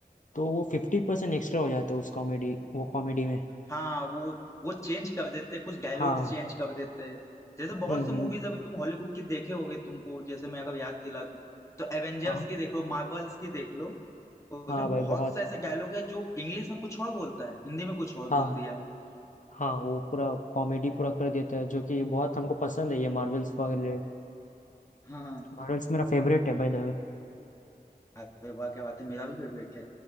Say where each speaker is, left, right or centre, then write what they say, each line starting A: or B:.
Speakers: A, on the left; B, on the left.
A: तो वो फिफ्टी परसेंट एक्स्ट्रा हो जाता है उस कॉमेडी वो कॉमेडी में
B: हाँ वो वो चेंज कर देते हैं कुछ डायलॉग्स
A: हाँ
B: चेंज कर देते हैं जैसे बहुत
A: हम्म
B: से मूवीज
A: हम्म,
B: अभी तुम हॉलीवुड की देखे होगे तुमको जैसे मैं अगर याद दिला दूं तो एवेंजर्स
A: हाँ
B: की देखो मार्वल्स की देख लो उसमें
A: हाँ भाई
B: बहुत
A: बहुत
B: से ऐसे डायलॉग है जो इंग्लिश में कुछ और बोलता है हिंदी में कुछ और
A: हाँ
B: बोल दिया
A: हाँ वो पूरा कॉमेडी पूरा कर देता है जो कि बहुत हमको पसंद है ये मार्वल्स वगैरह
B: हाँ हाँ
A: मार्वल्स मेरा फेवरेट है भाई द वे
B: अरे वाह क्या बात है मेरा भी फेवरेट है